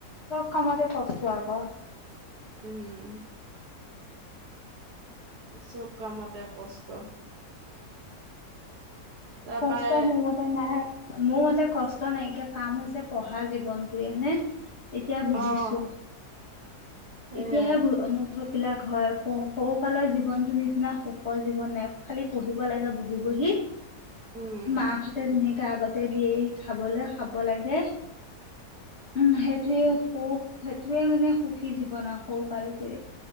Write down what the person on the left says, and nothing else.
চব কামতে কষ্ট আকৌ।
কষ্ট মোৰ মতে নাই মোৰ মতে। তে কষ্ট নাইকিয়া কাম হৈছে পঢ়া জীৱনটোৱে হয়নে এতিয়া বুজিছো।
এতিয়াহে অনুভৱ। বিলাক হয় সৰুকালৰ জীৱনটো নিচিনা সুখৰ জীৱন নাই খালি পঢ়িব লাগে বহি বহি।
মা <unintelligible> গা আগতে দিয়েহি খাবলে খাব লাগে। উম সেইটোৱেও সৌ সেইটোৱে মানে সুখী জীৱন সৰু কালটোৱে।